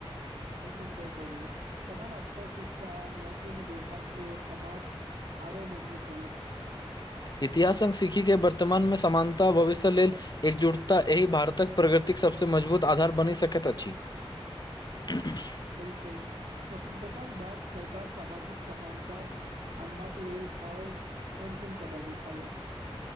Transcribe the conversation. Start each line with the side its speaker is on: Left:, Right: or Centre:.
Right: बिल्कुल सही कहि लियौ समान अवसर शिक्षा न्यायपूर्ण व्यवहार से समाज आरो मजबूत बनत
Left: इतिहास संग सिकखिके वर्तमानमे समानता भविष्य लेल एकजुटता एहि भारतक प्रगतिक सभ सँ मजबूत आधार बनि सकैत अछि। ह।
Right: बिलकुल स्वतंत्रता के बाद सरकार सामाजिक समानता अनबाक लेल आओर कोन कोन कदम उठ ले